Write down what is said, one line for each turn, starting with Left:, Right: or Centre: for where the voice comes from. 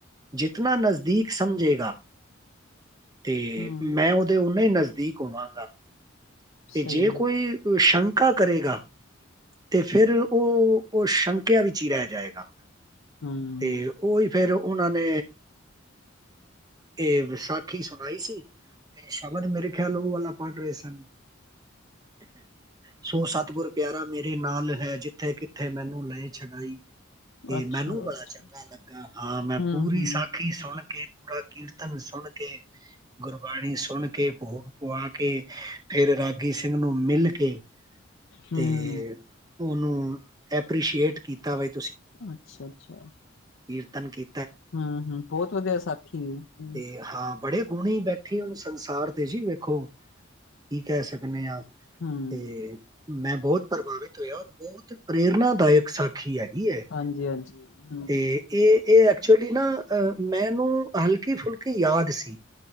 Right: ਜਿਤਨਾ ਨਜ਼ਦੀਕ। ਦੀਕ ਸਮਝੇਗਾ। ਤੇ
Left: ਹੂੰ,
Right: ਮੈਂ ਉਹਦੇ ਉਹਨਾਂ ਹੀ ਨਜ਼ ਨਜ਼ਦੀਕ ਹੋਵਾਂਗਾ। ਤੇ
Left: ਸਹੀ
Right: ਜੇ ਕੋਈ
Left: ਏ,
Right: ਸ਼ੰਕ ਪੱਕਾ ਕਰੇਗਾ ਤੇ ਫਿਰ ਉਹ ਉਹ ਸ਼ੰਕਿਆ ਵਿੱਚ ਹੀ ਰਹਿ ਜਾਏਗਾ।
Left: ਹੂੰ,
Right: ਤੇ ਉਹੀ ਫੇਰ। ਉਹਨਾਂ ਨੇ ਇਹ ਵੀ ਸਾਖੀ ਸੁਣਾਈ ਸੀ, ਤੇ ਸ਼ਬਦ ਮੇਰੇ ਖਿਆਲ ਨਾਲ ਉਹ ਵਾਲਾ ਪੜ੍ਹ ਰਹੇ ਸਨ। ਸੋ ਸਤਿਗੁਰ ਪਿਆਰਾ ਮੇਰੇ ਨਾਲ ਹੈ, ਜਿੱਥੇ ਕਿੱਥੇ ਮੈਨੂੰ ਲਏ ਛਗਾਈ। ਤੇ
Left: ਅੱਛਾ-ਅੱਛਾ,
Right: ਮੈਨੂੰ ਬੜਾ ਚੰਗਾ ਲੱਗਾ ਹਾਂ, ਮੈਂ
Left: ਹੂੰ-ਹੂੰ।
Right: ਪੂਰੀ ਸਾਖੀ ਸੁਣ ਕੇ, ਪੂਰਾ ਕੀਰਤਨ ਸੁਣ ਕੇ ਗੁਰਬਾਣੀ ਸੁਣ ਕੇ, ਭੋਗ ਪੁਆ ਕੇ, ਫ਼ਿਰ ਰਾ ਬਈ ਸਿੰਘ ਨੂੰ ਮਿਲ ਕੇ
Left: ਹੂੰ,
Right: ਤੇ ਉਹਨੂੰ ਐਪ੍ਰਰੀਸ਼ੀਏਟ ਕੀਤਾ ਵੀ।
Left: ਅੱਛਾ ਅੱਛਾ।
Right: ਕੀਰਤਨ ਕੀ
Left: ਹੂੰ-ਹੂੰ ਬਹੁਤ ਵਧੀਆ ਸਾਥੀ ਐ,
Right: ਤੇ ਹਾਂ ਬੜੇ ਗੁਣੇ ਬੈਠੀ ਉਹਨੂੰ ਸੰਸਾਰ ਤੇ ਜੀ ਵੇਖੋ ਕੀ ਕਹਿ ਸਕਦੇ। <unintelligible>
Left: ਹੂੰ,
Right: ਤੇ ਮੈਂ ਬਹੁਤ ਪ੍ਰਭਾਵਿਤ ਹੋਇਆ ਔਰ ਬਹੁਤ ਪ੍ਰੇਰਨਾਦਾਇਕ ਸਾਖੀ ਐ। <unintelligible>
Left: ਹਾਂਜੀ-ਹਾਂਜੀ, ਹੂੰ,
Right: ਤੇ ਇਹ ਇਹ ਐਕਚੁਅਲੀ ਨਾ ਅਹ ਮੈਨੂੰ ਹਲਕੀ ਫੁਲਕੀ ਯਾਦ ਸੀ।